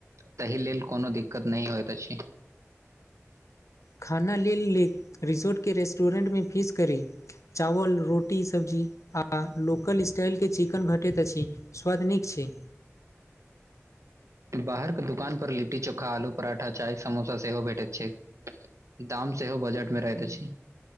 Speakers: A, on the right; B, on the left.
A: ताहि लेल कोनो दिक्कत नहि होइत अछि।
B: खाना लेल, ले रिसोर्टके रेस्टोरेटमे फीस करी। चावल, रोटी -सब्जी, आ लोकल स्टाइलके, चिकेन भेटैत अछि। स्वाद नीक छै।
A: बाहर के दुकान पर, लिट्टी चोखा, आलू पराठा, चाय समोसा, सेहो भेटैत छै। दाम सेहो बजट मे रहैत अछि।